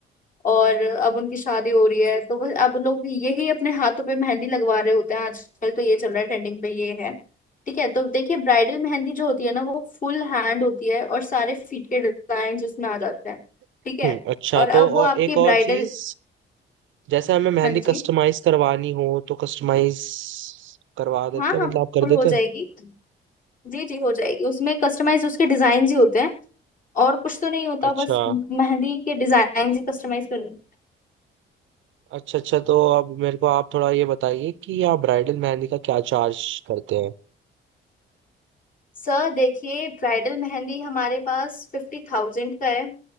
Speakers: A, on the left; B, on the right.
A: और अब उनकी शादी हो रही है तो बस अब लोग यही अपने हाथों पे मेहंदी लगवा रहे होते हैं आजकल तो ये चल रहा है ट्रेंडिंग पे ये है ठीक है तो देखिए ब्राइडल मेहंदी जो होती है ना वो फुल हैंड होती है और सारे फीट के डिजाइन उसमें आ जाते हैं ठीक है
B: हम्म अच्छा
A: और अब
B: तो
A: वो
B: और
A: आपकी
B: एक
A: ब्राइडल
B: और चीज जैसे हमें मेहंदी
A: हाँ जी
B: कस्टमाइज करवानी हो तो कस्टमाइज करवा देते
A: हाँ
B: हैं
A: हाँ
B: मतलब आप कर
A: फुल
B: देते
A: हो
B: हैं
A: जाएगी जी जी हो जाएगी उसमें कस्टमाइज उसके डिजाइन ही होते हैं और कुछ तो नहीं होता
B: अच्छा
A: बस मेहंदी के डिजाइन ही कस्टमाइज करने
B: अच्छा अच्छा तो अब मेरे को आप थोड़ा ये बताइए कि आप ब्राइडल मेहंदी का क्या चार्ज करते हैं
A: सर देखिए ब्राइडल मेहंदी हमारे पास फिफ्टी थाउजेंड का है